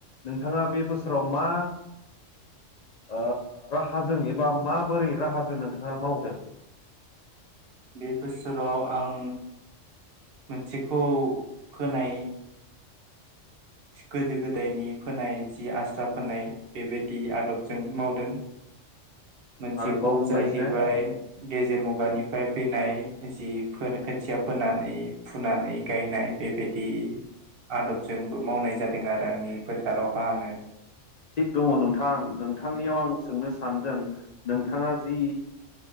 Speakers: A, on the left (about 75°); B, on the right (about 50°).
A: नोंथाङा बे बोसोराव मा ओ राहाजों एबा माबोरै राहाजों नोंथाङा मावदों? <inaudible>
B: बे बोसोराव आं मोनसेखौ फोनाय गोदो गोदायनि फोनाय जि आस्रा फोनाय बेबायदि आदबजों मावदों।
A: <inaudible>
B: मोनसेखौ
A: आरोबाव बुंनायसाय
B: जाहैबाय गेजेर मुगानि फ्राय फैनाय जि फोन खोथिया फोनानै फुनानै गायनाय बेबायदि आदबजोंबो मावनाय जादों आरो आंनि फोथारावहा आङो
A: थिग दङ नोंथां नोंथांनियाव आं सोंनो सानदों नोंथाङा जि